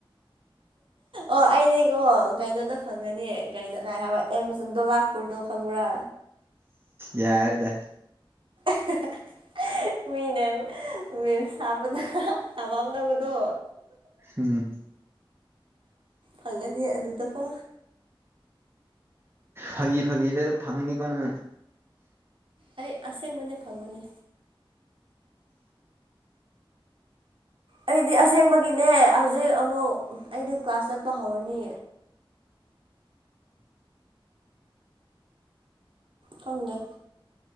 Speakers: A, on the right; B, on the right.
A: ꯑꯣ ꯑꯩꯅꯦꯀꯣ ꯀꯩꯅꯣꯗ ꯈꯪꯉꯅꯤ ꯀꯥꯏꯩꯅꯣ ꯀꯥꯏ ꯍꯥꯏꯕ ꯑꯦꯝꯁ ꯗꯣꯂꯥꯛꯄꯨꯔꯗꯣ ꯈꯪꯕ꯭ꯔꯥ
B: ꯌꯥꯔꯦꯗ
A: <unintelligible> ꯃꯤꯅ ꯃꯤꯝꯁ ꯍꯥꯞꯄꯗ ꯊꯃꯝꯗ ꯃꯗꯣ
B: ꯎꯝ
A: ꯐꯜꯂꯅꯤ ꯑꯗꯨꯗꯀꯣ
B: ꯐꯥꯒꯤ ꯐꯥꯒꯤꯗ ꯐꯪꯅꯤ ꯀꯣꯅꯪ
A: ꯑꯩ ꯑꯁꯦꯡꯕꯅꯦ ꯐꯪꯕꯅꯤ ꯑꯩꯗꯤ ꯑꯁꯦꯡꯕꯒꯤꯅꯦ ꯍꯧꯖꯤꯛ ꯑꯃꯨꯛ ꯑꯩꯗꯤ ꯀ꯭ꯂꯥꯁ ꯆꯠꯄ ꯍꯧꯔꯅꯤ ꯈꯪꯗꯦ